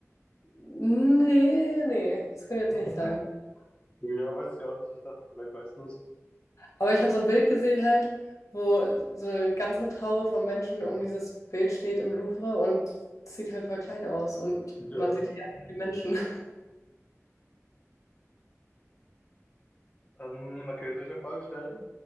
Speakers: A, on the left (about 75°); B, on the left (about 20°).
A: Nee, nee, das kann ich jetzt
B: <laughs>
A: nicht sagen.
B: Ja, weiß ich auch nicht. Ich dachte, vielleicht weißt du es.
A: Aber ich habe so ein Bild gesehen halt, wo so eine ganze Traube von Menschen um dieses Bild steht im Louvre und es sieht halt voll klein aus und
B: Ja.
A: man sieht eher die Menschen.
B: Ähm, okay, soll ich eine Frage stellen?